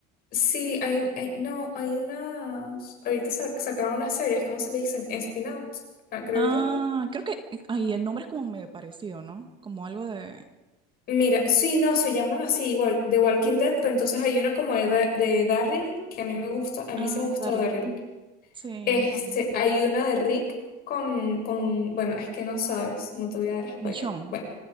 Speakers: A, on the left (about 50°); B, on the right (about 25°).
A: Sí, hay, hay- no, hay unas... Ahorita sa- sacaron unas series, ¿cómo se le dicen? Spin-outs, ah, creo
B: Ah,
A: yo.
B: creo que, ay, el nombre es como medio parecido, ¿no? Como algo de...
A: Mira, sí, no, se llaman así igual, The Walking
B: Mm.
A: Dead, pero entonces hay una como de, de Daryl, que a mí me gusta, a
B: Ah,
A: mí sí me gusta
B: Daryl.
A: Daryl.
B: Mm. Sí,
A: Este,
B: a mí también.
A: hay una de Rick con, con, bueno, es que no sabes, no te voy a dar spoiler.
B: Michonne,
A: Bueno,